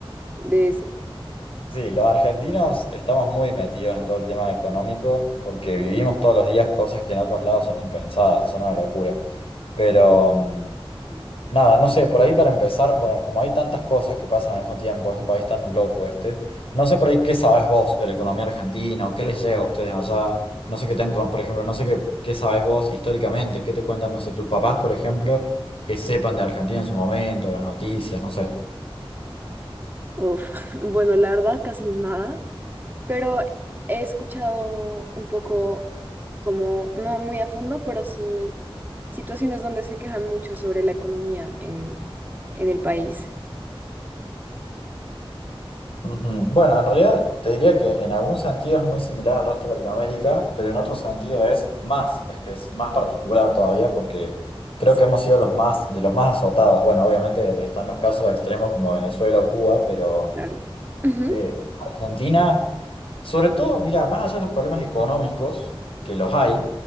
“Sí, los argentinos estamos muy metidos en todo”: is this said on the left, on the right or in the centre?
Left